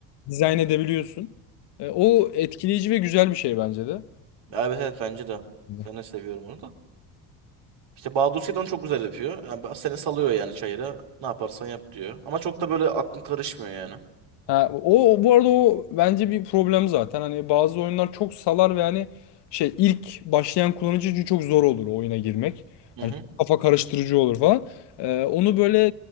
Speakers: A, on the left (about 60°); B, on the right (about 60°).
A: dizayn edebiliyorsun. E, o etkileyici ve güzel bir şey bence de.
B: Evet evet bence de.
A: E,
B: Ben de seviyorum onu da. İşte Bahadır Seyit onu çok güzel yapıyor. Yani ba- seni salıyor yani çayıra. Ne yaparsan yap diyor. Ama çok da böyle aklın karışmıyor yani.
A: Ha, o o- bu arada o bence bir problem zaten. Hani bazı oyunlar çok salar ve hani şey ilk başlayan kullanıcı için çok zor olur o oyuna girmek.
B: Hı
A: Hani
B: hı.
A: çok kafa karıştırıcı olur falan. Ee, onu böyle